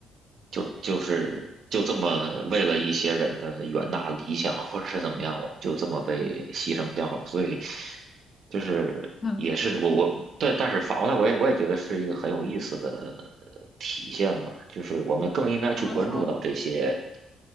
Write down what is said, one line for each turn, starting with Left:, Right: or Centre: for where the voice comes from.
Right: 就就是就这么为了一些人的远大理想或者是怎么样，我们就这么被牺牲掉了，所以就是也是我我对，
Left: 嗯，
Right: 但是反过来我也我也觉得是一个很有意思的呃体现吧，就是我们更应该去关注到这些。
Left: 怎么说